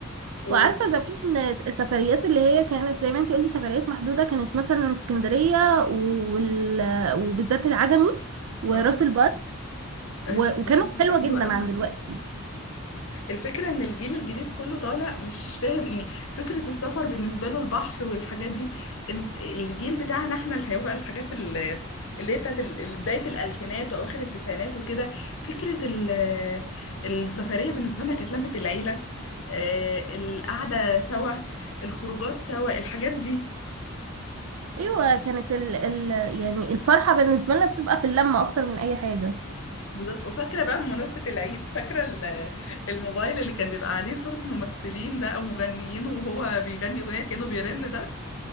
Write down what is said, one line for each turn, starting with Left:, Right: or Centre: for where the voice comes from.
Left: و
Right: وعارفة زمان السفريات اللي هي كانت زي ما انتي قلتي سفريات محدودة كانت مثلا اسكندرية وال... وبالذات العجمي وراس
Left: اه
Right: البر و...
Left: راس البر
Right: وكانت
Left: دي بتبقى
Right: حلوة
Left: حلوه
Right: جدا
Left: قوي
Right: عن دلوقتي
Left: الفكره ان الجيل الجديد كله طالع مش فاهم يعني فكره السفر بالنسبه له البحر والحاجات دي انت الجيل بتاعنا احنا اللي هيبقى الحاجات اللي اللي هي بتاعت ال- ال- بدايه الالفينات واواخر التسعينات وكده فكره ال- السفريه بالنسبه لنا كانت لمه العيله آه، القعده سوا الخروجات سوا الحاجات دي
Right: ايوه كانت ال... ال... يعني الفرحة بالنسبة لنا بتبقى في اللمة اكتر من اي حاجة
Left: بالظبط وفاكرة بقى بمناسبة العيد فاكرة ال- الموبايل اللي كان بيبقى عليه صورة ممثلين ده أو مغنيين وهو بيغني أغنية كأنه بيرن ده